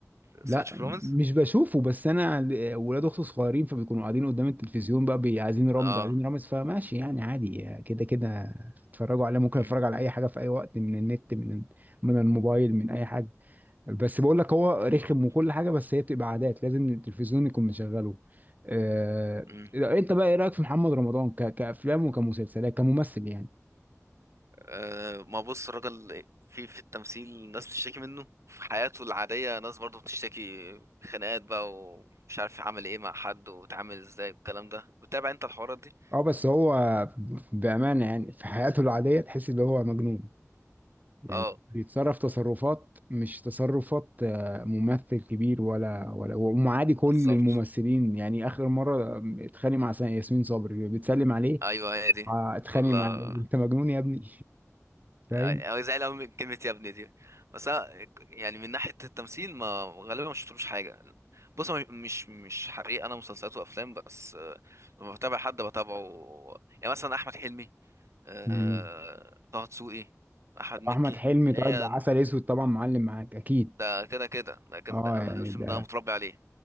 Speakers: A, on the right; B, on the right.
A: لسه
B: لا
A: بتشوف رومز
B: مش بشوفه بس انا ل- ولاد اختي صغيرين فبيكونوا قاعدين قدام التلفزيون بقى بي- عايزين رامز
A: اه
B: عايزين رامز فماشي يعني عادي كده كده اتفرجوا عليه ممكن
A: امم
B: اتفرج على اي حاجة في اي وقت من النت من من الموبايل من اي حاجة بس بقول لك هو رخم
A: بالظبط.
B: وكل حاجه بس هي بتبقى عادات لازم التلفزيون يكون مشغله آه...
A: امم
B: انت بقى ايه رايك في محمد رمضان ك... كافلام وكمسلسلات كممثل يعني
A: آه، ما بص الراجل في في التمثيل ناس بتشتكي منه في حياته العادية ناس برضه بتشتكي خناقات بقى ومش عارف عمل ايه مع حد واتعامل ازاي والكلام ده بتتابع انت الحوارات دي
B: اه بس هو بامانه يعني في حياته العاديه تحس ان هو مجنون يعني
A: اه
B: بيتصرف تصرفات مش تصرفات آه، ممثل كبير ولا ولا ومعادي كل
A: بالظبط
B: الممثلين يعني اخر مره اتخانق مع ياسمين صبري بتسلم عليه
A: ايوه هي دي
B: آه، اتخانق
A: كلها
B: معاه <laughs> انت مجنون يا ابني <laughs>
A: أو زعل أوي من كلمة يا ابني دي بس أنا يعني من ناحية التمثيل ما غالبا ما شفتلوش حاجة بص هو مش مش حريق أنا مسلسلات وأفلام بس آه، لما بتابع حد بتابعه يعني مثلا أحمد حلمي آه،
B: فاهم
A: طه دسوقي أحمد مكي
B: واحمد حلمي
A: إيه
B: طيب عسل اسود طبعا معلم معاك اكيد
A: ده كده كده ده كده
B: اه
A: أنا
B: يعني
A: الفيلم
B: ده
A: ده متربي عليه